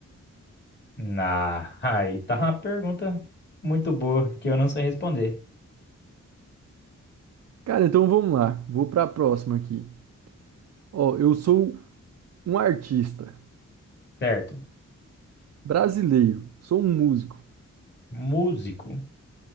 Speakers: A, on the left; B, on the right.
A: Na, <laughs> aí tá uma pergunta muito boa que eu não sei responder.
B: Cara, então vamos lá. Vou pra próxima aqui. Ó, eu sou um artista
A: Certo.
B: brasileiro. Sou um músico.
A: Músico